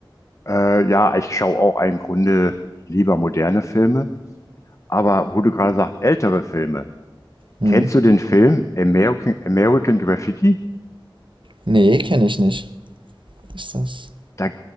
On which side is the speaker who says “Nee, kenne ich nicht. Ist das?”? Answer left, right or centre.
Right